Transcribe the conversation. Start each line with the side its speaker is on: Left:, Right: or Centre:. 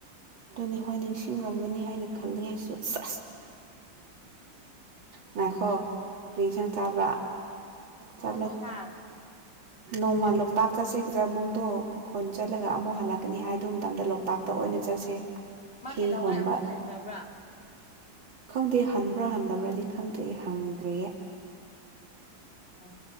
Right: ꯑꯗꯨꯅꯤ ꯍꯣꯏ ꯅꯤꯡꯁꯤꯡꯔꯝꯒꯅꯤ ꯍꯥꯏꯅ ꯈꯜꯂꯤ ꯑꯩꯁꯨ ꯑꯁ ꯉꯅꯥꯥꯏꯈꯣ ꯐ꯭ꯔꯤ ꯁꯪ ꯆꯥꯕ꯭ꯔꯥ ꯆꯠꯂꯣ
Left: ꯍꯥꯥ
Right: ꯅꯣꯡꯃꯜꯂꯣꯛ ꯇꯥꯛ ꯆꯥꯁꯦ ꯀꯁꯦꯕꯨꯡꯗꯣ ꯈꯣꯟ ꯆꯠꯂꯒ ꯑꯃꯨꯛ ꯍꯜꯂꯛꯀꯅꯤ ꯍꯥꯏ ꯑꯗꯨ ꯃꯇꯝꯗ ꯂꯣꯛꯇꯥꯛꯇ ꯑꯣꯏꯅ ꯆꯠꯁꯦ
Left: ꯃꯥ
Right: ꯍꯤ
Left: ꯀꯩꯗꯧꯉꯥꯏ
Right: ꯍꯣꯟꯕ
Left: ꯑꯃꯨꯛ ꯍꯟꯒꯕ꯭ꯔꯥ
Right: ꯈꯪꯗꯦ ꯍꯟꯕ꯭ꯔꯥ ꯍꯟꯗꯕ꯭ꯔꯗꯤ ꯈꯪꯗ꯭ꯔꯦ ꯍꯪꯗ꯭ꯔꯦꯌꯦ
Left: ꯑꯣ